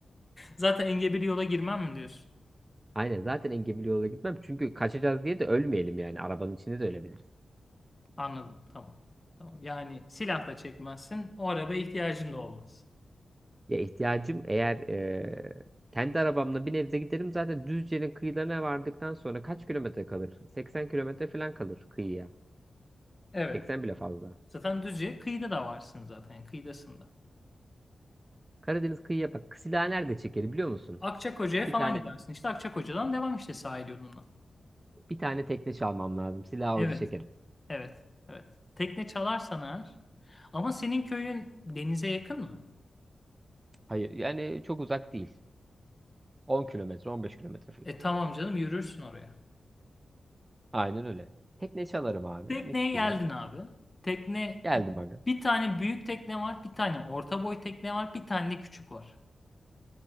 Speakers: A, on the left (about 30°); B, on the right (about 30°).
A: Zaten engebeli yola girmem mi diyorsun?
B: Aynen zaten engebeli yola gitmem çünkü kaçacağız diye de ölmeyelim yani arabanın içinde de ölebiliriz.
A: Anladım. Tamam. Tamam. Yani silah da çekmezsin. O arabaya ihtiyacın da olmaz.
B: Ya ihtiyacım eğer eee, kendi arabamla bir nebze giderim zaten Düzce'nin kıyılarına vardıktan sonra kaç kilometre kalır? 80 kilometre falan kalır kıyıya.
A: Evet.
B: 80 bile fazla.
A: Zaten Düzce kıyıda da varsın zaten yani kıyıdasında.
B: Karadeniz kıyıya bak. Silah nerede çekerim biliyor musun?
A: Akçakoca'ya
B: Bir
A: falan
B: tane
A: gidersin. İşte Akçakoca'dan devam işte sahil yoluna.
B: bir tane tekne çalmam lazım. Silahı
A: Evet.
B: orada çekerim.
A: Evet. Evet. Tekne çalarsan eğer. Ama senin köyün denize yakın mı?
B: Hayır yani çok uzak değil. 10 kilometre 15 kilometre falan.
A: E tamam canım yürürsün oraya.
B: Aynen öyle. Tekne çalarım abi
A: Tekneye
B: mis gibi.
A: geldin abi. Tekne
B: Geldim aga.
A: bir tane büyük tekne var, bir tane orta boy tekne var, bir tane de küçük var.